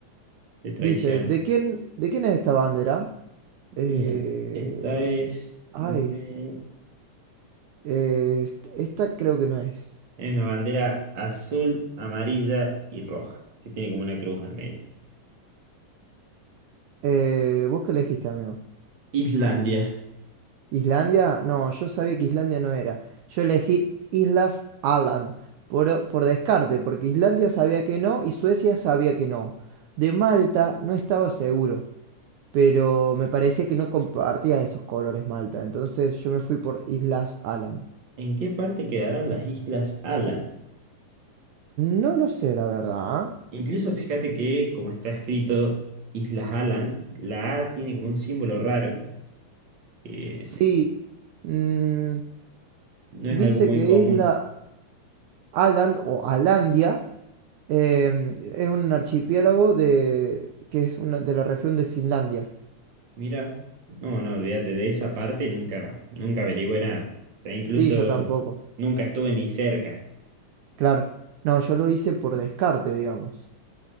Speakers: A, on the right; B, on the right.
A: te traiciono.
B: dice. ¿De quién, de quién es esta bandera? Eh,
A: Bien, esta es
B: ay,
A: de...
B: eh, est- esta creo que no es.
A: hay una bandera azul, amarilla y roja, que tiene como una cruz al medio.
B: Eh, ¿vos qué elegiste, amigo?
A: Islandia.
B: ¿Islandia? No, yo sabía que Islandia no era. Yo elegí Islas Aland por, por descarte, porque Islandia sabía que no y Suecia sabía que no. De Malta no estaba seguro, pero me parecía que no compartía esos colores Malta, entonces yo me fui por Islas Aland.
A: ¿En qué parte quedarán las islas Alan?
B: No lo sé, la verdad. ¿eh?
A: Incluso fíjate que, como está escrito Islas Aland, la A tiene como un símbolo raro, que
B: Sí, mm,
A: no
B: dice
A: es algo muy
B: que
A: común.
B: Isla Aland o Alandia em, es un archipiélago de, que es una, de la región de Finlandia.
A: Mira, no, no, olvídate de esa parte, nunca, nunca averigüé nada. E incluso
B: Sí, yo tampoco.
A: nunca estuve ni cerca.
B: Claro. No, yo lo hice por descarte, digamos.